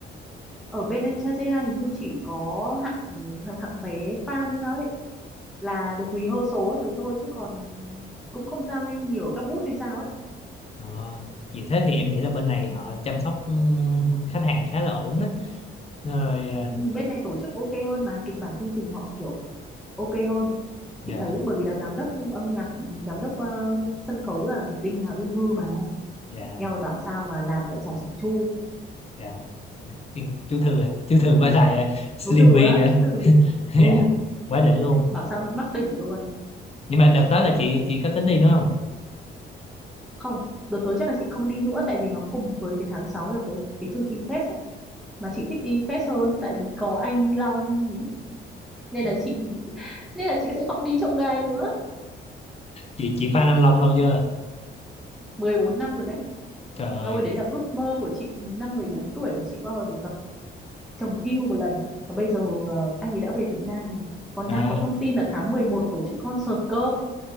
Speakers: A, in the centre; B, on the left (about 30°).
A: ở bên anh trai JI hình như chỉ có hạng ừ, hạng, hạng vé fan ấy thôi là được rehearsal các thứ thôi chứ còn cũng không giao lưu nhiều ở các booth hay sao ấy
B: Ờ, vì thế thì em nghĩ là bên này họ chăm sóc ừm, khách hàng khá là ổn đó rồi ờ,
A: Ừ, bên này tổ chức ok hơn mà kịch bản chương trình họ kiểu ok hơn
B: dạ
A: chị thấy bởi vì là giám đốc ừ, âm nhạc ừ, giám đốc ờ, sân khấu là Đinh Hà Uyên Thư mà
B: dạ
A: eo ơi bảo sao mà làm lại chả chỉnh chu
B: dạ Yên- chú Thư chú Thư với lại ờ, Slim
A: chú Từ
B: V
A: á
B: nữa
A: chú Từ
B: <laughs>
A: ừ
B: dạ quá đỉnh luôn
A: bảo sao mắc đỉnh luôn
B: nhưng mà đợt tới là chị chị có tính đi nữa không
A: không đợt tới chắc là chị không đi nữa tại vì nó cùng với cái tháng 6 là cái cái chương trình fest ấy. mà chị thích đi fest hơn tại vì có anh Long nên là chị nên là chị sẽ không đi trông gai nữa
B: chị chị Phan Anh Long lâu chưa
A: mười bốn năm rồi đấy
B: trời ơi
A: Eo ơi đấy là ước mơ của chị năm 14 tuổi là chị bao giờ được gặp chồng yêu một lần và bây giờ ờ, anh ấy đã về Việt Nam rồi còn
B: à
A: đang có thông tin là tháng 11 tổ chức concert cơ